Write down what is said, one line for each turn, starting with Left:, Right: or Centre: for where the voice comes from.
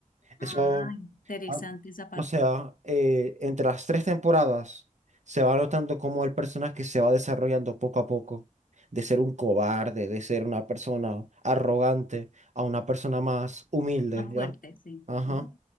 Left: Ah,
Right: Eso
Left: interesante
Right: Ah,
Left: esa parte.
Right: O sea, eh, entre las tres temporadas se va notando cómo el personaje se va desarrollando poco a poco, de ser un cobarde, de ser una persona arrogante, a una persona más humilde,
Left: Más
Right: ¿ya?
Left: fuerte, sí.
Right: Ajá,
Left: Ujú.